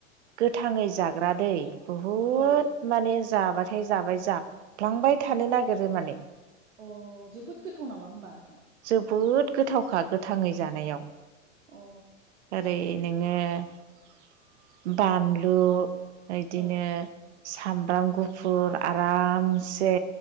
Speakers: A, on the right; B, on the right.
A: गोथांङै जाग्रा दै बहुद
B: औ
A: माने जाबाथाय जाबाय जाब्लांबाय थाय थानो नागिरो माने
B: अ जोबोद गोथाव नामा होमबा नोंथां
A: जोबोद गोथावखा गोथांङै जानायाव
B: अ
A: ओरैनो नो बानलु इदिनो
B: औ
A: सामब्राम गुफुर आरामसे